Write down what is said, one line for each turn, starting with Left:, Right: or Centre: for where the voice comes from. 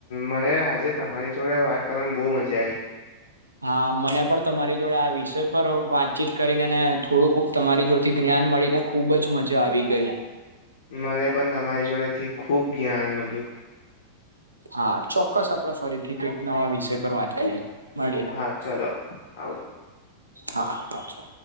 Left: મને આજે તમારી જોડે વાત કરવાની બહુ મજા આવી-
Right: હા મને પણ તમારી જોડે આ વિષય પર વાતચીત કરીનેને થોડુંક તમારી જોડથી જ્ઞાન મળીને- ખુબ જ મજા આવી ગઈ-
Left: મને પણ તમારી જોડેથી ખુબ જ્ઞાન મળ્યું-
Right: હા ચોક્કસ આપડ ફરીથી કઈક નવા વિષય પર વાત કરીએ- મળએ
Left: હા ચલો આવજો
Right: હા આવજો